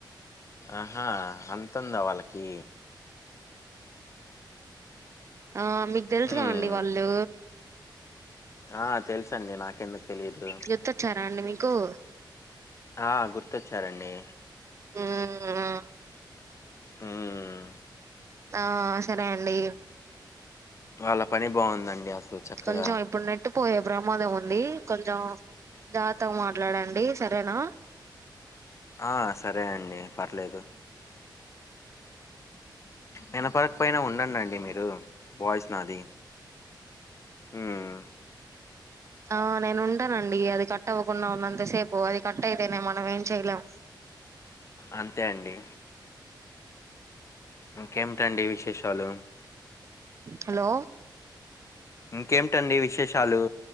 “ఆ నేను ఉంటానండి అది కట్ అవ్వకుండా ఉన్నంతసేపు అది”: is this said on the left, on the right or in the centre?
Right